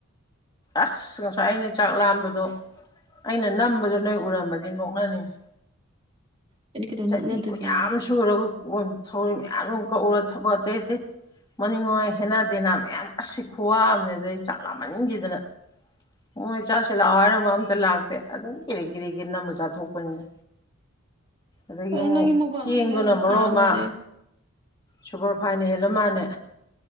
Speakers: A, on the left; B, on the right.
A: ꯑꯁ ꯉꯁꯥꯏ ꯑꯩꯅ ꯆꯥꯛ ꯂꯥꯝꯕꯗꯣ ꯑꯩꯅ ꯅꯝꯕꯗꯣ ꯅꯣꯏ ꯎꯔꯝꯃꯗꯤ ꯅꯣꯛꯅꯅꯤꯡꯉꯤ
B: ꯑꯩꯗꯤ ꯀꯩꯗꯧ
A: ꯆꯐꯤ
B: ꯅꯣꯛꯅꯗꯣꯏꯕ
A: ꯀ ꯌꯥꯝ ꯁꯨꯔꯒ ꯊꯧꯔꯣꯏ ꯃꯌꯥꯝ ꯑꯗꯨ ꯀꯧꯎꯔ ꯊꯕꯛ ꯑꯇꯩ ꯑꯇꯩ ꯃꯅꯤꯡꯉꯥꯏ ꯍꯦꯟꯅꯗꯦꯅꯥ ꯃꯌꯥꯝ ꯑꯁꯤ ꯈꯨꯋꯥꯑꯝꯅꯦ ꯑꯗꯩ ꯆꯥꯛ ꯂꯥ ꯃꯅꯤꯡꯈꯤꯗꯅ ꯑꯣ ꯏ ꯆꯆꯥꯁꯤ ꯂꯥꯛꯑꯣ ꯍꯥꯏꯔꯝꯕ ꯑꯝꯇ ꯂꯥꯛꯇꯦ ꯑꯗꯨꯝ ꯀꯦꯔꯤ ꯀꯦꯔꯤꯒꯤ ꯅꯝꯃ ꯆꯥꯊꯣꯛꯄꯅꯤꯅꯦ ꯑꯗꯒꯤ
B: ꯑꯗꯣ
A: ꯑꯃꯨꯛ
B: ꯅꯪꯒꯤ ꯃꯨꯛꯕꯥꯡ
A: ꯆꯦꯡꯗꯨꯅ
B: ꯆꯦꯅꯦꯜ ꯍꯥꯡꯉꯁꯦ
A: ꯃꯔꯨꯞ ꯑꯃ ꯁꯨꯄꯔ ꯐꯥꯏꯅ ꯍꯦꯜꯂ ꯃꯥꯅꯦ